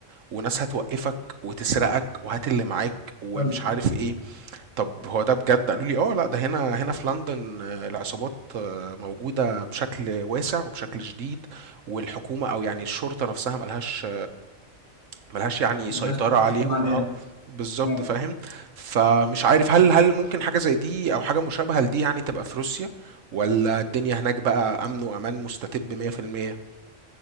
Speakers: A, on the right (about 80°); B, on the left (about 80°).
A: وناس هتوقفك وتسرقك وهات اللي معاك ومش
B: طيب،
A: عارف ايه طب هو ده بجد قالوا لي اه لا ده هنا هنا في لندن آه، العصابات آه، موجودة بشكل واسع وبشكل شديد والحكومة او يعني الشرطة نفسها ملهاش ملهاش يعني
B: ملهاش
A: سيطرة
B: تحكم
A: عليهم
B: عليها
A: اه بالظبط
B: اه
A: فاهم فمش عارف هل هل ممكن حاجة زي دي او حاجة مشابهة لدي يعني تبقى في روسيا ولا الدنيا هناك بقى امن وامان مستتب 100%